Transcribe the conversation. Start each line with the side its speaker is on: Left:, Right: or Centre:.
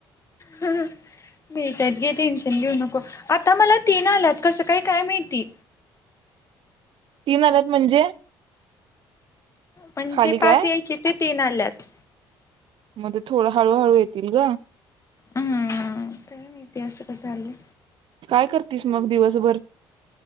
Left: हं मिळत्यात ते टेन्शन घेऊ नको. आत्ता मला तीन आल्यात कसं काय? काय माहित? ती.
Right: तीन आल्यात म्हणजे
Left: म्हणजे
Right: खाली काय
Left: पाच यायचे ते तीन आल्यात
Right: मध्ये थोडं हळूहळू येतील गं
Left: हम् काय माहिती असं का झालंय
Right: काय करतीस मग दिवसभर